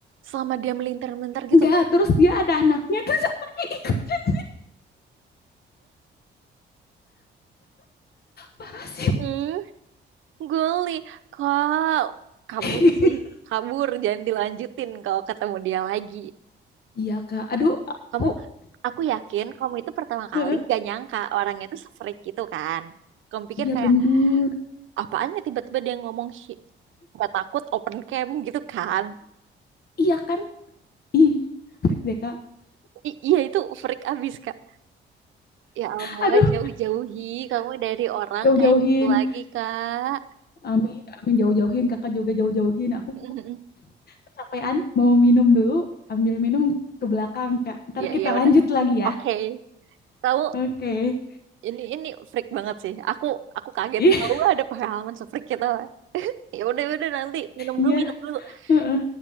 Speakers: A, on the right; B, on the left.
A: selama dia melintir-melintir
B: <laughs>
A: gitu.
B: Enggak, terus dia ada anaknya, terus anaknya ikutan. Parah sih.
A: Hmm, guli. Kok kabur
B: <laughs>
A: sih? Kabur, jangan dilanjutin kalau ketemu dia lagi.
B: Iya Kak, aduh aku.
A: Kamu, aku yakin kamu itu pertama kali
B: <laughs>
A: nggak nyangka orangnya itu se-freak itu kan. Kamu pikir
B: Iya
A: kayak
B: bener.
A: apaan ya tiba-tiba dia ngomong "Hi- nggak takut open cam gitu kan.
B: Iya kan? Ih, freak deh Kak.
A: I- iya itu freak abis kak ya Allah
B: Aduh,
A: jauh-jauhi kamu dari orang
B: jauh-jauhin.
A: kayak gitu lagi kak
B: Amin, amin jauh-jauhin. Kakak juga jauh-jauhin. Aku
A: <laughs>
B: kecapean, mau minum dulu. Ambil minum ke belakang Kak. Ntar
A: ya
B: kita
A: iya udah
B: lanjut lagi ya.
A: oke kamu
B: Oke. Okay.
A: ini ini freak banget sih aku aku kaget
B: Ih.
A: kamu ada pengalaman se-freak kita ya udah ya udah nanti minum
B: Iya,
A: dulu minum dulu <laughs>
B: heeh,